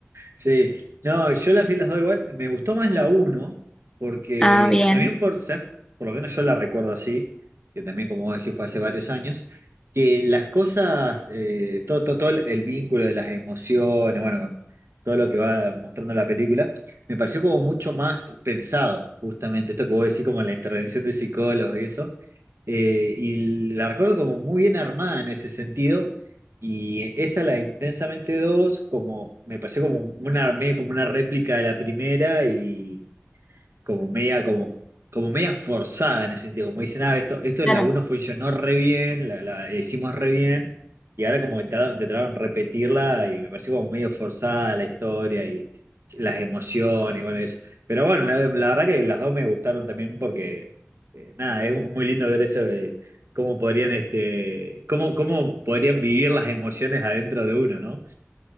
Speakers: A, on the right (about 75°); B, on the left (about 15°).
A: Sí, no, yo las vi las dos igual. Me gustó más la uno porque
B: Ah, bien.
A: también por, ¿sabes? Por lo menos yo la recuerdo así, que también, como vos decís, fue hace varios años, que las cosas, eh, todo, todo, todo el vínculo de las emociones, bueno, todo lo que va mostrando la película, me pareció como mucho más pensado, justamente, esto que vos decís, como la intervención de psicólogos y eso. eh, y la recuerdo como muy bien armada en ese sentido. Y esta, la de Intensamente dos como, me pareció como una, medio como una réplica de la primera y, como media, como, como media forzada en ese sentido. Como dicen, ah, esto, esto
B: claro.
A: en la uno funcionó re bien, la, la hicimos re bien, y ahora como que trataron, trataron de repetirla y me pareció como medio forzada la historia y las emociones, y bueno, y eso. Pero bueno, la, la verdad que las dos me gustaron también porque, eh, nada, es muy lindo ver eso de cómo podrían, este, cómo, cómo podrían vivir las emociones adentro de uno, ¿no?